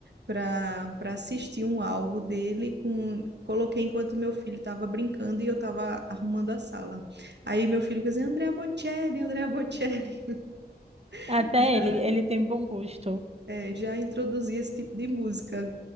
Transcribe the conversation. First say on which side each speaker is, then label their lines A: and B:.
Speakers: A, on the right; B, on the right.
A: para para assistir um álbum dele com coloquei enquanto meu filho estava brincando e eu estava arrumando a sala. Aí meu filho fez assim, Andrea Bocelli, Andrea Bocelli.
B: Até
A: <laughs> Já
B: ele, ele tem bom gosto,
A: é, já introduzi esse tipo de música.